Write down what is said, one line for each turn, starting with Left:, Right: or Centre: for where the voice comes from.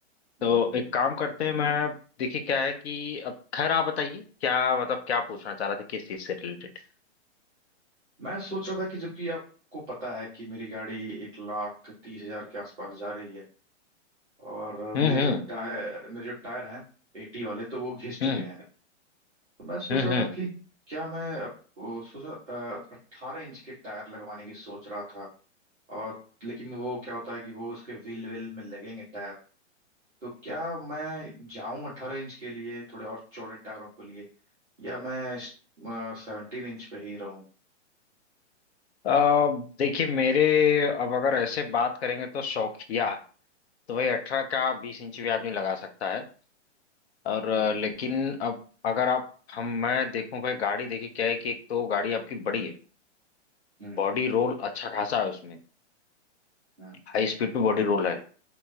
Left: तो
Centre: हम्म।
Left: एक काम करते हैं मैं देखिए क्या है कि अब खैर आप बताइए क्या मतलब क्या पूछना चाह रहे थे किस चीज से रिलेटेड
Centre: मैं सोच रहा था कि जो कि आपको पता है कि मेरी गाड़ी एक लाख तीस हजार के आसपास जा रही है और मेरे
Left: हम्म
Centre: जो
Left: हम्म
Centre: टायर मेरे जो टायर हैं एटी वाले तो वो घिस चुके
Left: हम्म
Centre: हैं तो मैं सोच
Left: हम्म
Centre: रहा
Left: हम्म।
Centre: था कि क्या मैं अप- ओ, सोचा अट्ठारह इंच के टायर लगवाने की सोच रहा था और लेकिन वो क्या होता है कि वो उसके व्हील वेल में लगेंगे टायर तो क्या मैं जाऊं अट्ठारह इंच के लिए थोड़े और चौड़े टायरों के लिए या मैं सेवनटीन इंच पे ही रहूं
Left: अ, देखिए मेरे अब अगर ऐसे बात करेंगे तो शौकिया तो भाई अठारह का बीस इंच भी आदमी लगा सकता है और अ,
Centre: हम्म
Left: लेकिन अब अगर आप हम मैं देखूं भाई गाड़ी देखिए क्या है कि एक तो गाड़ी आपकी बड़ी है
Centre: हम्म
Left: बॉडी रोल अच्छा खासा है उसमें
Centre: हम्म
Left: हाई स्पीड पे बॉडी रोल है